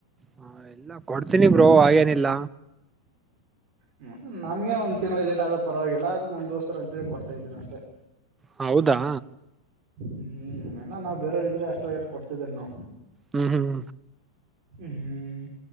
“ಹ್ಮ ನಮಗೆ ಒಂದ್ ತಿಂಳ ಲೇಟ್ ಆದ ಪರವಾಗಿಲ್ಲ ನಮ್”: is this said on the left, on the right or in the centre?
Right